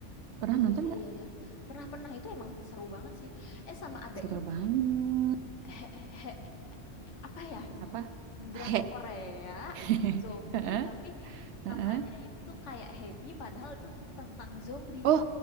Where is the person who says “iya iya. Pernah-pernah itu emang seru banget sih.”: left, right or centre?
Left